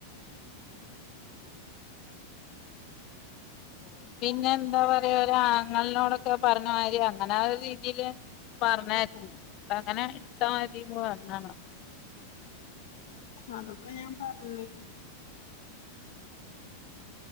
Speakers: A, on the left (about 40°); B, on the left (about 55°).
A: ഓ... പിന്നെ എന്താ പറയാ ഒരു- ആങ്ങളനോടൊക്കെ പറഞ്ഞ മാതിരി, അങ്ങനെ ആ ഒരു- രീതിയില്. പറഞ്ഞാരുന്നു, ഇപ്പ അങ്ങനെ എടുത്താ മതി പറഞ്ഞാളാ.
B: <unintelligible> അതൊക്കെ ഞാൻ പറഞ്ഞു.. !